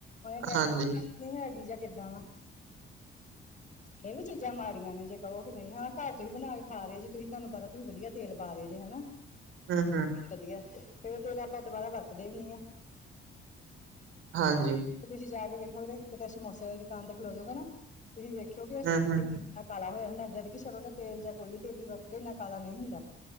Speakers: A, on the left; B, on the right.
A: ਨਹੀਂ
B: ਹਾਂਜੀ
A: ਹੈਗੀ ਜਾਂ ਕਿੱਦਾਂ ਵਾ। ਇਹ ਵੀ ਚੀਜ਼ਾਂ ਮਾੜੀਆਂ ਨੇ ਜੇ ਕਹੋ ਕਿ ਨਹੀਂ ਹਾਂ ਘਰ ਤੁਸੀਂ ਬਣਾ ਕੇ ਖਾ ਰਹੇ ਜੀ ਤੁਸੀਂ ਤੁਹਾਨੂੰ ਪਤਾ ਤੁਸੀਂ ਵਧੀਆ ਤੇਲ ਪਾ ਰਹੇ ਜੀ ਹਨਾ। <inaudible>
B: <inaudible>
A: ਵਧੀਆ ਫੇਰ ਉਹ ਤੇਲ ਆਪਾਂ ਦੁਬਾਰਾ ਵਰਤਦੇ ਵੀ ਨੀ ਆ।
B: ਹਾਂਜੀ।
A: ਤੁਸੀਂ ਜਾ ਕੇ ਵੇਖੋਗੇ ਕਿਤੇ ਸਮੋਸੇ ਵਾਲੀ ਦੁਕਾਨ ਤੇ ਖਲੋ ਜੋਗੇ ਨਾ ਤੁਸੀਂ ਵੇਖਿਅੋ।
B: ਹੂੰ ਹੂੰ
A: ਨਾ ਕਾਲਾ ਹੋਇਆ ਹੁੰਦਾ ਜਦਕਿ ਸਰੋਂ ਦਾ ਤੇਲ ਜਾਂ ਕੋਈ ਵੀ ਤੇਲ ਹੀ ਵਰਤ ਦੇੰਨਾ ਕਾਲਾ ਨਹੀਂ ਹੁੰਦਾ।